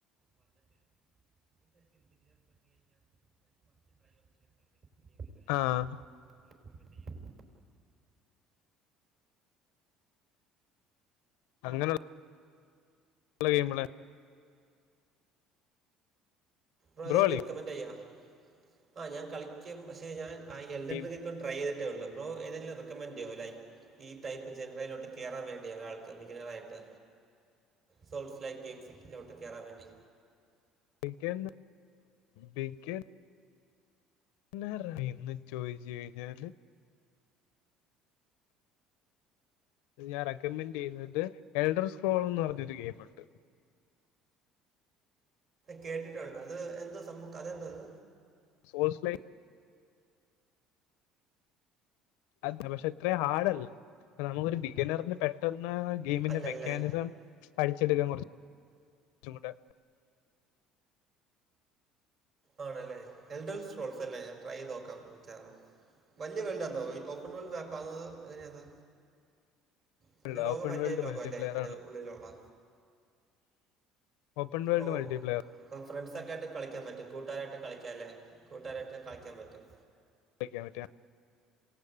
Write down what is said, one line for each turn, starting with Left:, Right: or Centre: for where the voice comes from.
Right: വന്നിട്ടില്ല ഇതായിരിക്കും ബിഗിനർ ഫ്രണ്ട്ലി ഞാൻ ലൈക്ക് ഫസ്റ്റ് ട്രൈ ഔട്ട് ചെയ്യേണ്ടത് ഗെയിം ഇതായിരിക്കും
Left: ആഹ്
Right: റെക്കമെൻഡ് ചെയ്യാം
Left: അങ്ങനെഒ നല്ല ഗെയിംല്ലേ
Right: <unintelligible>
Left: ബ്രോ
Right: റെക്കമെന്റ് ചെയ്യാ. ആ ഞാൻ കളിക്കും പക്ഷെ ഞാൻ
Left: കളി
Right: ട്രൈ ചെയ്തിട്ടേയൊള്ളും. ബ്രോ ഏതെങ്കിലും റെക്കമൻ് ചെയ്യോ ലൈക്ക് ഈ ടൈപ്പ് ജനറയിലോട്ട് കേയറാൻ വേണ്ടിയ ഒരാൾക്ക് ബിഗിനറായിട്ട് സോൾസ് ലൈക്ക് ഗയിംസിലോട്ട് കേറാൻ വേണ്ടി.
Left: പിക്ക ബക്ക <unintelligible> പിറ <unintelligible> ഇന്ന് ചോദിച് കഴിഞ്ഞാല് ഞാൻ റെക്കമെന്റ് ചെയ്യുന്നത് എൽഡർ സ്ക്രോൾ എന്ന് പറഞ്ഞൊരു ഗെയിംമുണ്ട്
Right: കേട്ടിട്ടുണ്ട് അത് എന്തോ സംഭവം കഥയെന്തത്?
Left: സോസ് പ്ലേ അതെ പക്ഷെ ഇത്രയും ഹാർഡ്ല്ല നമുക്കൊരു ബിഗിനറിന് പെട്ടെന്ന് ഗെയിമിന്റെ
Right: അല്ലല്ലേ
Left: മെക്കാനിസം പഠിച്ചെടുക്കാൻ കുറച്ച് കൂടെ
Right: ആണല്ലേ. എൽഡർ സ്ക്രോൾസ് അല്ലേ ഞാൻ ട്രൈ ചെയ്ത് നോക്കാംട്ടാ വലിയ വേൾഡാന്നോ? ഈ ഓപ്പൺ വേൾഡ് മാപ്പ് ആന്നോ എങ്ങനെയാത് ഇതിൻ്റെ
Left: അല്ല
Right: ലോകം
Left: ഓപ്പൺ
Right: വലിയ
Left: വേൾഡ്
Right: ലോകം
Left: മൾട്ടിപ്ലെയർ
Right: അല്ലേ അതിൻ്റെ
Left: ആണ്
Right: ഉള്ളിലുള്ള
Left: ഓപ്പൺ വേൾഡ്
Right: ഓ
Left: മൾട്ടിപ്ലെയർ
Right: പോ ഫ്രണ്ട്സ ഒക്കെ ആയിട്ട് കളിക്കാൻ പറ്റും കൂട്ടുകാരായിട്ട് കളിക്കാലെ. കൂട്ടുകാരായിട്ട് കളിക്കാൻ പറ്റും
Left: അക്ക റ്റ <unintelligible>